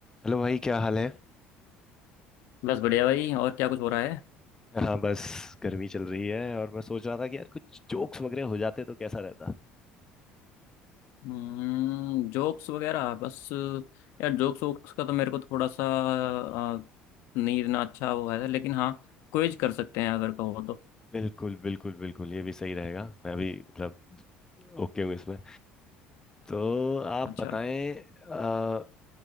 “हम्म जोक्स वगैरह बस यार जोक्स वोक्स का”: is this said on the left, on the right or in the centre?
Left